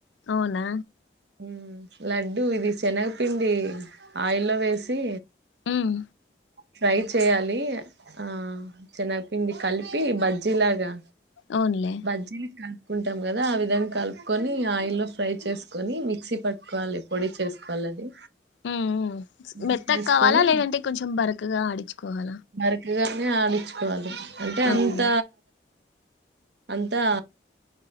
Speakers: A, on the left; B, on the right.
A: అవునా
B: ఉమ్ లడ్డుూ ఇది శనగపిండి ఆయిల్లో వేసి
A: ఉమ్,
B: ఫ్రై చేయాలి ఆ చిన్నగ పిండి కలిపి బజ్జీ లాగా
A: అవునులే
B: బజీ క కుంటాం కదా ఆ విధాంగా కలుపుకొని ఆయిల్ల్లో ఫ్రై చేసుకొని మిక్సీ పట్టుకోవాలి పొడి చేసుకోవాలి అది
A: ఉమ్ ఉ
B: పొడి
A: మెత్తకు
B: చేసుకొని
A: కావాలా లేదంటే కొంచెం బరకగా ఆడిచు కో వా
B: బరకగానే ఆడించుకోవాలి అంటే
A: అవునులే
B: అంత అంతా